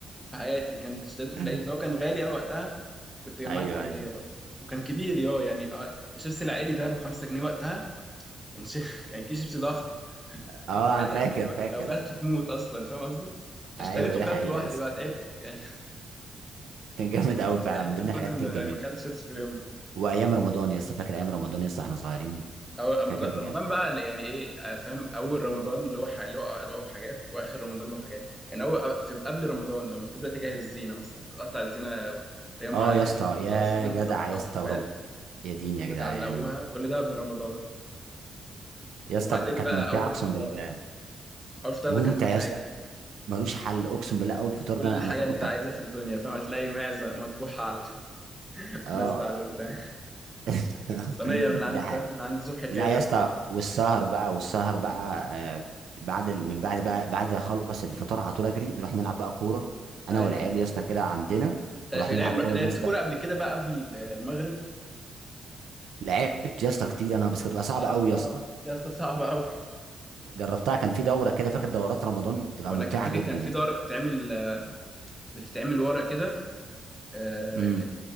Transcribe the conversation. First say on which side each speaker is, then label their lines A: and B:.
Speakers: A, in the centre; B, on the right.
A: في حياتي كنت اشتريته في
B: <laughs>
A: العيد لو كان غالي قوي وقتها كنت جمعت
B: ايوه
A: قديه
B: ايوه
A: بقى وكان كبير يا يعني آه، الشيبسي العائلي ده ابو 5 جنيه وقتها كان شي... <laughs> كان كيس شيبسي ضخم
B: اه
A: يعني
B: انا فاكر
A: لو
B: فاكر
A: لو جالته تموت اصلا فاهم قصدي فاشتريته
B: ايوه دي
A: وكلته
B: حقيقه
A: لوحدي
B: يا اسطى.
A: بقى تعبت يعني
B: كان جامد
A: <laughs>
B: قوي فعلا
A: تعبت
B: من ضمن
A: من
B: الحاجات
A: كتر ما
B: الجميله
A: ما اكلت شيبسي في اليوم ده
B: وايام رمضان يا اسطى فاكر ايام رمضان يا اسطى احنا صغيرين
A: أول رمضان
B: فاكر بجد
A: رمضان بقى اللي يعني إيه آه، فاهم أول رمضان له ح- له له حاجات وآخر رمضان له حاجات يعني أول في قبل رمضان لما بتبدأ تجهز الزينة مثلا بتقطع الزينة تجمع
B: اه
A: ناس
B: يا اسطى
A: يقطعوا
B: يا
A: الزينة
B: جدع
A: وتربطوها
B: يا اسطى
A: في حبال
B: ورب يا دين يا
A: وتعلقوها
B: جدعان
A: كل ده قبل رمضان
B: يا اسطى
A: وبعدين
B: كانت
A: بقى
B: ممتعه
A: أول
B: اقسم
A: فطار
B: بالله
A: أول فطار
B: ممتع
A: ده كان بيبقى
B: يا
A: فاجر
B: اسطى ملوش حل اقسم بالله اول فطار
A: كل
B: ده انا
A: حاجة
B: أنا فاكره
A: أنت
B: طب
A: عايزها في الدنيا فاهم هتلاقي معزة مطبوحة على <laughs>
B: اه
A: ونازلة على البتاع
B: <laughs>
A: صينية من عند
B: ده حاجة.
A: فاهم من عند صبحي كابر
B: لا يا اسطى
A: نازلة
B: والسهر بقى والسهر بقى آه بعد ال- من بعد بقى بعد اخلص الفطار على طول اجري نروح نلعب بقى كوره انا
A: أيوه
B: والعيال يا اسطى كده عندنا
A: لعب-
B: ونروح نلعب كوره
A: لعبت
B: يا اسطى
A: كورة قبل كده بقى قبل المغرب
B: لعبت يا اسطى كتير انا بس كانت بتبقى صعبه
A: صعبة
B: قوي يا اسطى
A: يا اسطى صعبة أوي
B: جربتها كان في دوره كده فاكر دورات رمضان بتبقى
A: اقول
B: ممتعه
A: لك انا فاكر
B: جدا
A: كان في
B: يا اسطى
A: دوره بتتعمل بتتعمل ورا كده آه،
B: امم
A: كانت